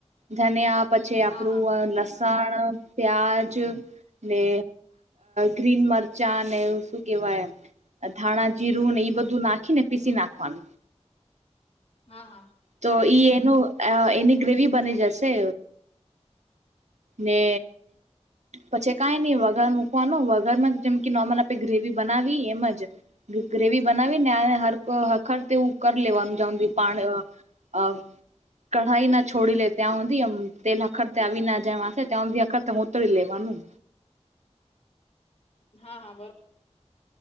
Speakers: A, on the right; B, on the left.
A: ધનિયા પછી
B: હા
A: આપડું
B: હા
A: લસણ પ્યાજ ને ગ્રીન મરચા ને શું કેવાય ધાણા જીરું ને એ બધું નાખીને પીસી નાખવાનું
B: હા હા
A: તો ઈ એનું અ એની ગ્રેવી બની જશે. ને પછી કાંઈ ની વઘાર મૂકવાનો વઘારમાં જેમ કે નોર્મલ આપે ગ્રેવી બનાવી એમજ ગ્રેવી બનાવીને હર હખર તેવું કરી લેવાનું જ્યાં હુદી પાણ અ કઢાઈ ના છોડી લે ત્યાં સુધી એમ તેના ખતાવીના તેમાં શે કામ વખત હોતી લેવાનું
B: હા હા બરો